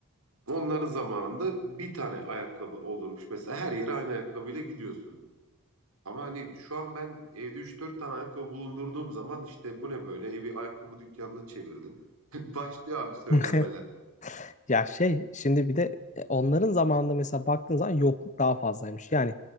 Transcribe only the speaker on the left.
<laughs> Ya şey şimdi bir de e, onların zamanında mesela baktığın zaman yokluk daha fazlaymış. Yani